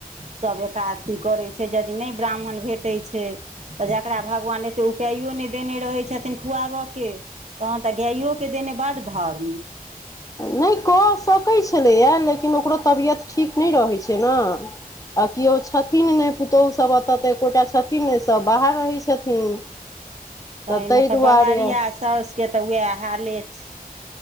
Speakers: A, on the right (about 50°); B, on the left (about 20°).
A: सब एका सऽ करै छैय, यदि नै ब्राह्मण भेटै छै। तऽ जकरा भगवान एते उपायो नैय देने रहै छथिन खुआबऽ के तहन तऽ गाइयो के देने बड्ड धर्म
B: नै कऽ सकैत छलैय, लेकिन ओकरो तबियत ठीक नै रहै छै ने आ किओ छथिन ने पुतोहु सब एतेऽ ते एकोटा छथिन ने सब बाहर रहै छथिन।
A: तहिने
B: ताहि
A: तऽ
B: दुआरे
A: बहरिया साउसके तऽ वएह हाले छैय।